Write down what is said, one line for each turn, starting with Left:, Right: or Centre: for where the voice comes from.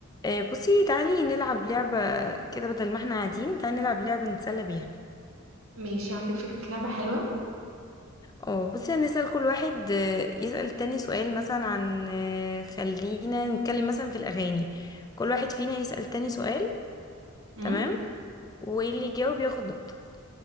Left: آه، بصي تعالي نلعب لعبة كده بدل ما احنا قاعدين تعالي نلعب لعبة نتسلى بيها
Right: ماشي عندك فكرة لعبة حلوة
Left: اه بصي هنسأل كل واحد آه، يسأل التاني سؤال مثلا عن آه، خلينا نتكلم مثلا في الأغاني كل واحد فينا يسأل تاني سؤال
Right: امم
Left: تمام واللي يجاوب ياخد نقطة